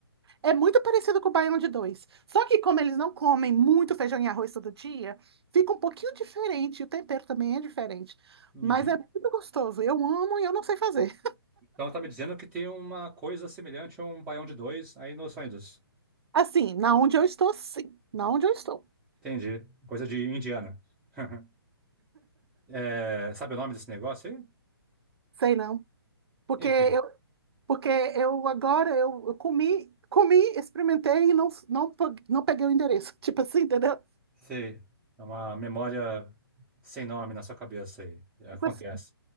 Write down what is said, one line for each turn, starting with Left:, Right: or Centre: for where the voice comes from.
Right: é muito parecido com o baião de dois. Só que como eles não comem muito feijão e arroz todo dia, fica um pouquinho diferente. O tempero também é diferente.
Centre: Uhum.
Right: Mas é muito gostoso. Eu amo e eu não sei fazer.
Centre: Então tá me dizendo que tem uma coisa semelhante a um baião de dois aí nos Estados Unidos.
Right: Assim, na onde eu estou, sim. Na onde eu estou.
Centre: Entendi. Coisa de indiana. <laughs> É, sabe o nome desse negócio aí?
Right: Sei não. Porque
Centre: Enfim,
Right: eu, porque eu agora, eu, eu comi, comi, experimentei e não, não, pe- não peguei o endereço. <laughs> Tipo assim, entendeu?
Centre: sei. É uma memória sem nome na sua cabeça aí. É,
Right: Tipo
Centre: Acontece.
Right: assim,